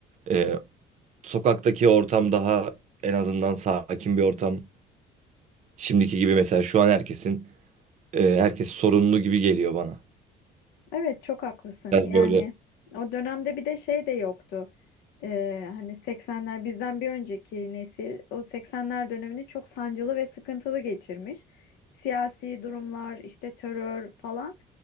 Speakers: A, on the right; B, on the left.
A: Ee, sokaktaki ortam daha en azından sakin bir ortam. Şimdiki gibi mesela şu an herkesin e, herkes sorunlu gibi geliyor bana.
B: Evet çok haklısın.
A: Biraz
B: Yani
A: böyle.
B: o dönemde bir de şey de yoktu. Ee, hani 80'ler bizden bir önceki nesil o 80'ler dönemini çok sancılı ve sıkıntılı geçirmiş. Siyasi durumlar, işte terör falan.